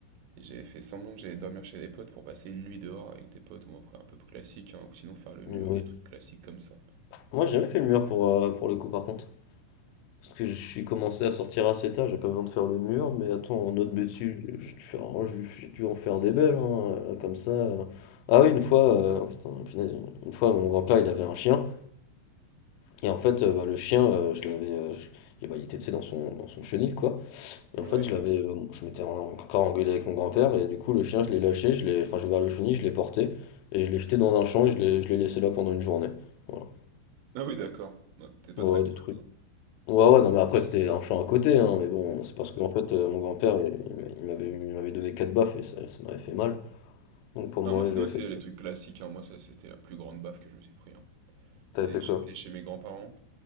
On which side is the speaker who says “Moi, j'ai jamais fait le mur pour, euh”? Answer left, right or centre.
Left